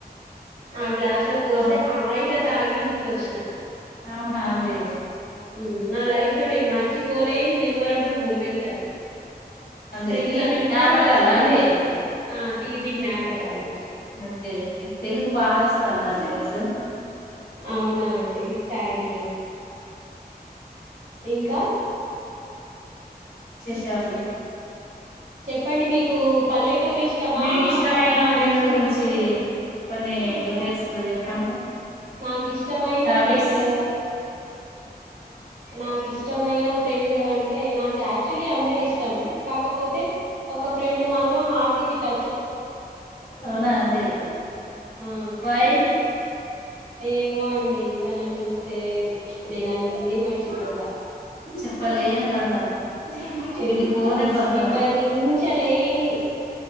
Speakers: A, on the right; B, on the left.
A: ఆ గ్లాస్ లో పోస్తే
B: అవును
A: హాయిగా తాగి ఇంటికి వచ్చిన
B: అవునా అండి
A: ఉమ్ నా లైఫ్ లో నేను మర్చి లేని మెమోరబుల్ మూమెంట్ అది
B: అండి
A: ఫ్రెండ్స్
B: తీపి
A: అందరం
B: జ్ఞాపకాలా
A: కలిసిపోయినాం
B: అండి
A: ఆ తీపి జ్ఞాపకాలు
B: ఓకే ఓకే తెలుగు బాగా వస్తాన్దండి మీకు
A: అవునా అండి థాంక్యూ ఇంకా
B: శాలు
A: చెప్పండి మీకు పల్లె టూర్ ఇష్టమా
B: మీకు ఇష్టమైన
A: పట్టణాలు
B: ఫ్రెండ్
A: ఇష్టమా
B: గురించి కొన్ని డీటెయిల్స్ చెప్పండి
A: నాకు ఇష్టమైన
B: హ్యాబిట్స్
A: ఫ్రెండు నాకు ఇష్టమైన ఫ్రెండ్ అంటే నాకు యాక్చువలీ అందరు ఇష్ టం కాకపోతే ఒక ఫ్రెండ్ మాత్రం హార్ట్ కి ట
B: అవునా అండి
A: ఆ
B: వై
A: ఏమో అండి నన్ను చూస్తే నేను అన్ని మర్చిపోత
B: చెప్పలేని బంధం
A: చెప్
B: విడిపోని
A: అసలు
B: బంధం
A: వివరించలేని